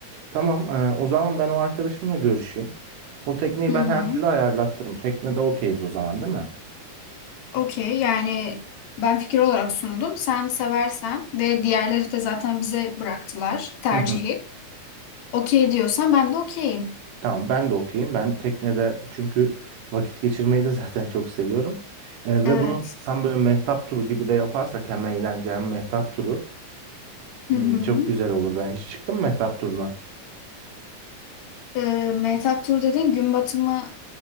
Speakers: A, on the right; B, on the left.
A: Tamam. e, o zaman ben o arkadaşımla görüşeyim. O tekneyi
B: Hı hı.
A: ben her türlü ayarlattırım. Teknede okeyiz o zaman değil mi?
B: Okey yani ben fikir olarak sundum. Sen seversen ve diğerleri de zaten bize bıraktılar tercihi.
A: Hı hı.
B: Okey diyorsan ben de okeyim.
A: Tamam ben de okeyim. Ben teknede çünkü vakit geçirmeyi de <laughs> zaten çok seviyorum. Ee, ve
B: Evet.
A: bunu tam böyle mehtap turu gibi de yaparsak hem eğlence hem mehtap turu hmm,
B: Hı hı.
A: çok güzel olur. Ben hiç çıktım mı mehtap turuna?
B: Ee, Mehtap Tur dedin gün batımı